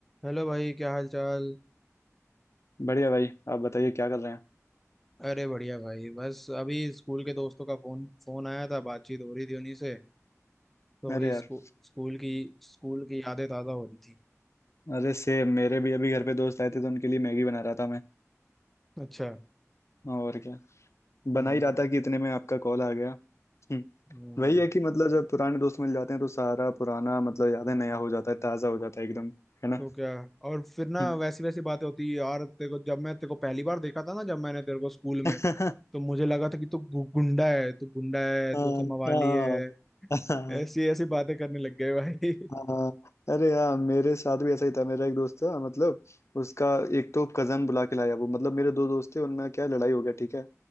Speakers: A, in the centre; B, on the left.
A: Hello भाई क्या हाल चाल
B: बढ़िया भाई आप बताइए क्या कर रहे हैं
A: अरे बढ़िया भाई बस अभी स्कूल के दोस्तों का फोन फोन आया था बातचीत हो रही थी उन्हीं से तो
B: अरे
A: वही
B: यार
A: स्कू, स्कूल की स्कूल की यादें ताज़ा हो रही थी
B: अरे से मेरे भी अभी घर पे दोस्त आए थे तो उनके लिए मैगी बना रहा था मैं
A: अच्छा
B: और क्या बना
A: हम्म
B: ही रहा था कि इतने में आपका कॉल आ गया हम्म,
A: हम्म,
B: वही है कि मतलब जब पुराने दोस्त मिल जाते हैं तो सारा पुराना मतलब यादें नया हो जाता है ताज़ा हो जाता है एकदम है ना
A: तो क्या और फिर ना
B: हम्म।
A: वैसी वैसी बातें होती है यार तेरे को जब मैं तेरे को पहली बार देखा था ना जब मैंने तेरे को स्कूल
B: <laughs>
A: में
B: हाँ
A: तो मुझे लगा था कि तू गु- गुंडा है तू गुंडा है
B: हाँ
A: तू ऐसा मवाली
B: हाँ
A: है
B: <laughs> हाँ।
A: ऐसी ऐसी बातें करने लग गए भाई <laughs>
B: हाँ अरे यार मेरे साथ भी ऐसा ही था मेरा एक दोस्त था मतलब उसका एक तो कजन बुला के लाया वो मतलब मेरे दो दोस्त थे उनमें क्या लड़ाई हो गया ठीक है